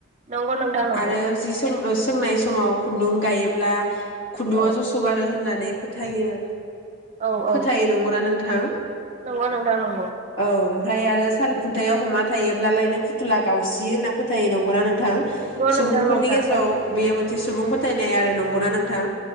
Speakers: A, on the right; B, on the left.
A: नंगौ नोंथां नंगौ
B: आरो जि ओ सोंनाय समाव खुन्दुं गायोब्ला खुन्दुङा
A: औ
B: जस' गारो होननानै फोथायो।
A: औ औ
B: फोथायो नंगौना नों थां।
A: नंगौ नोंथां नंगौ
B: औ ओमफ्राय आरो साल
A: नंगौ
B: खुन्थायाव हमा थायायोब्लालायनो फुथुला गावसियो ना फोथायो नंगौना नों थां
A: नोंथां
B: सुबुंफोरनि
A: नंथारगौ
B: गेजेराव बेयो मोनसे सुबुं फोथायनाय आरो नंगौना नोंथां।